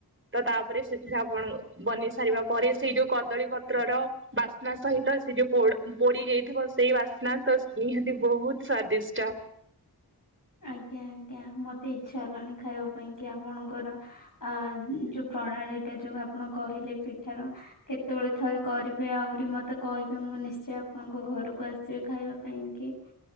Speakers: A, on the right; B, on the left.
A: ତ ତାପରେ ସେଥିରେ ଆପଣ ବନେଇ ସାରିବା ପରେ ସେଇ ଯୋଉ କଦଳୀ ପତ୍ରର ବାସ୍ନା ସହିତ ସେ ଯୋଉ ପୋଡ଼ ପୋଡ଼ି ଯାଇଥିବ ସେଇ ବାସ୍ନା ତ ନିହାତି ବୋହୁତ ସ୍ଵାଦିଷ୍ଟ।
B: ଆଜ୍ଞା ଆଜ୍ଞା ମତେ ଇଚ୍ଛା ହେଲାଣି ଖାଇବା ପାଇଁ କି ଆପଣଙ୍କର ଆ ଯୋଉ ପ୍ରଣାଳୀଟା ଯୋଉ ଆପଣ କହିଲେ ପିଠାର। କେତେବେଳେ ଥରେ କରିବେ ଆହୁରି ମତେ କହିବେ ମୁଁ ନିଶ୍ଚୟ ଆପଣଙ୍କ ଘରକୁ ଆସିବି ଖାଇବା ପାଇଁ କି।